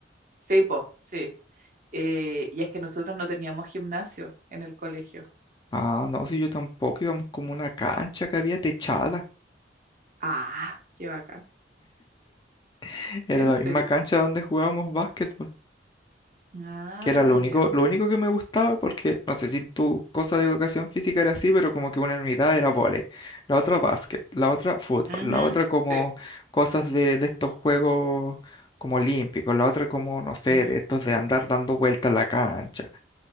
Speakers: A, on the right (about 45°); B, on the left (about 25°).
A: Sí, po, sí. Eh, y es que nosotros no teníamos gimnasio en el colegio.
B: Ah, no, si yo tampoco íbamos como una cancha que había techada.
A: Ah, qué bacán.
B: <laughs> Era
A: ¿En
B: la
A: serio?
B: misma cancha donde jugábamos básquetbol,
A: Ah,
B: que era lo único,
A: ya.
B: lo único que me gustaba, porque no sé si en tu cosa de educación física era así, pero como que una unidad era vóley, la otra básquet, la otra fútbol,
A: Ujú,
B: la otra como
A: sí,
B: cosas de, de estos juegos como olímpicos, la otra como, no sé,
A: ujú.
B: de estos de andar dando vueltas en la cancha,